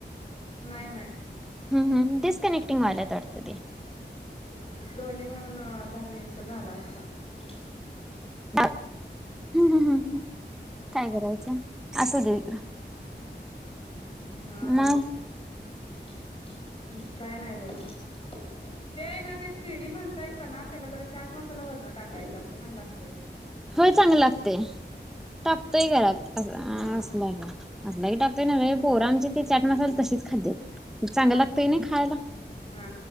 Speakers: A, on the left (about 30°); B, in the centre.
A: नाही नाही
B: हम्म हम डिस कनेक्टिंग व्हाल्यात वाटत ते
A: <unintelligible> दोन्ही मिळून अ दहा मिनिटचा झाला असता आतु
B: <unintelligible> हम्म हम् हम् काय करायचं असु दे इकडं
A: ह <unintelligible>
B: मग
A: <unintelligible> <inaudible> काय नाही बोला <inaudible> ते आहे ना ते <unintelligible> म्हणतायसाना त्याला जरा चाट मसाला वरन टाकायचा छान लागतय
B: होय चांगल लागतय टाकतय गळ्यात अस अ
A: हा
B: आसला की लई टाकतय नवे
A: हा
B: पोरांची ती चॅट <unintelligible> तशीच खातेत चांगलं लागतंय नाही खायला
A: हा